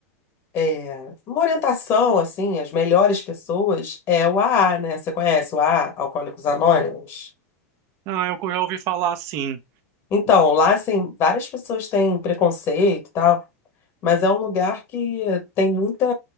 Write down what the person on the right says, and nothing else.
Ah, eu já ouvi falar sim.